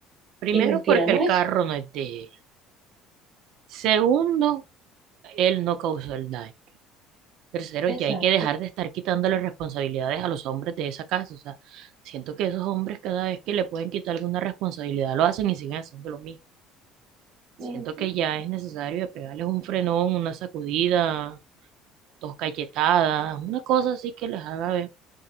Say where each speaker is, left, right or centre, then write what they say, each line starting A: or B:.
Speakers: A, on the right; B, on the right.
A: Primero,
B: Y mentira
A: porque
B: no
A: el
B: es.
A: carro no es de él. Segundo, él no causó el daño. Tercero,
B: Exacto.
A: ya hay que dejar de estar quitándole responsabilidades a los hombres de esa casa. O sea, siento que esos hombres cada vez que le pueden quitar alguna responsabilidad lo hacen y siguen haciendo lo mismo.
B: Ujú.
A: Siento que ya es necesario de pegarles un frenón, una sacudida, dos cachetadas, una cosa así que les haga ver